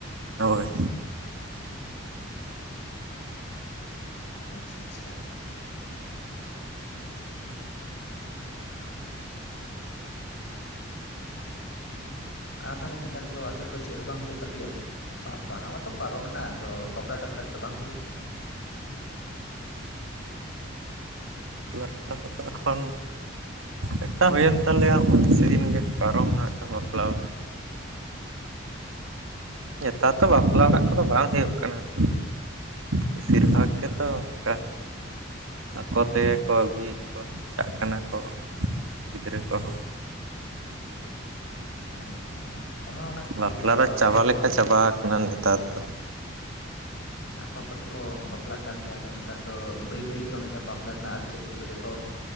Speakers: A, on the right; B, on the left.
A: ᱦᱳᱭ
B: ᱟᱪᱪᱷᱟ ᱟᱪᱪᱷᱟ ᱟᱨ ᱛᱟᱦᱚᱞᱮ ᱱᱮᱛᱟᱨ ᱫᱚ ᱟᱹᱛᱩ ᱨᱮᱫᱚ ᱪᱮᱫ ᱦᱚᱸ ᱵᱟᱝ ᱦᱳᱭᱳᱜ ᱛᱟᱯᱮᱭᱟ ᱵᱟᱦᱟ ᱢᱟᱛᱚ ᱯᱟᱨᱚᱢᱮᱱᱟ ᱟᱫᱚ ᱵᱟᱯᱞᱟ ᱴᱟᱯᱞᱟ ᱠᱚᱫᱚ ᱵᱟᱝ ᱦᱩᱭᱩᱜ ᱠᱟᱱᱟ
A: ᱵᱟᱯᱞᱟ ᱴᱟᱯᱞᱟ ᱠᱚ ᱫᱚ ᱮᱠᱷᱚᱱ ᱢᱮᱛᱴᱟᱱ ᱦᱩᱭᱮᱱ ᱛᱟᱞᱮᱭᱟ ᱱᱚᱜᱼᱚᱭ ᱥᱮᱫᱤᱱ ᱜᱮ ᱯᱟᱨᱚᱢ ᱱᱟ ᱢᱮᱛᱴᱟᱱ ᱵᱟᱯᱞᱟ ᱚᱲᱟᱜ ᱱᱮᱛᱟᱨ ᱫᱚ ᱵᱟᱯᱞᱟ ᱚᱲᱟᱜ ᱠᱚᱫᱚ ᱵᱟᱝ ᱦᱳᱭᱳᱜ ᱠᱟᱱᱟ ᱛᱚ ᱵᱮᱥᱤᱨ ᱵᱷᱟᱜᱽ ᱜᱮᱛᱚ ᱚᱝᱠᱟ ᱟᱠᱚ ᱛᱮᱜᱮ ᱠᱚ ᱟᱹᱜᱩᱭᱮᱫ ᱠᱚᱣᱟ ᱪᱟᱜ ᱠᱟᱱᱟ ᱠᱚ ᱜᱤᱫᱽᱨᱟᱹ ᱠᱚᱦᱚᱸ
B: ᱦᱮᱸ ᱚᱱᱟ ᱚᱱᱟ ᱠᱷᱟᱹᱛᱤᱨ
A: ᱵᱟᱯᱞᱟ
B: ᱜᱮ ᱟᱠᱚ
A: ᱫᱚ
B: ᱟᱠᱚ
A: ᱪᱟᱵᱟ
B: ᱛᱮᱠᱚ
A: ᱞᱮᱠᱟ ᱪᱟᱵᱟ ᱠᱟᱱᱟ ᱱᱮᱛᱟᱨ ᱫᱚ
B: ᱟᱠᱚ ᱟᱠᱚ ᱛᱮᱠᱚ ᱵᱟᱯᱞᱟᱜ ᱠᱟᱱ ᱛᱮ ᱟᱫᱚ ᱱᱮᱛᱟᱨ ᱫᱚ ᱵᱟᱹᱭ ᱵᱟᱹᱭᱛᱮ ᱚᱱᱮ ᱡᱮ ᱵᱟᱯᱞᱟ ᱨᱮᱱᱟᱜ ᱟᱹᱨᱤᱪᱟᱹᱞᱤ ᱠᱚᱫᱚ ᱡᱷᱚᱛᱚ